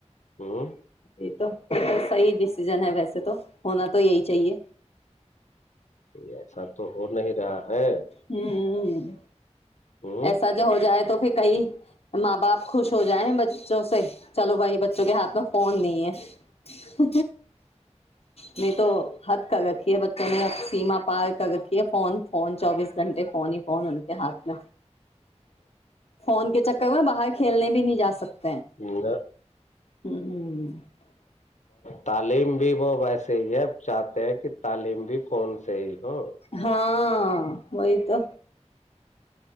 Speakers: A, on the left; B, on the left.
A: ہمم
B: یہ تو یہ تو صحیح ڈسیژن ہے ویسے تو ہونا تو یہی چاہیے
A: ایسا تو ہو نہیں رہا ہے
B: ہمم
A: ہ
B: ایسا جو ہو جائے تو پھر کئی ماں باپ خوش ہو جائیں بچوں سے چلو بھائی بچوں کے ہاتھ میں فون نہیں ہے نہیں تو حد کر رکھی ہے بچوں نے سیما پار کر رکھی ہے فون فون چوبیس گھنٹے فون ہی فون ان کے ہاتھ میں فون کے چکر میں باہر کھیلنے بھی نہیں جاسکتے
A: نہ
B: ہمم
A: تعلیم بھی وہ ویسے ہی اب چاہتے ہیں کہ تعلیم بھی فون سے ہی ہو
B: ہاں ہاں وہی تو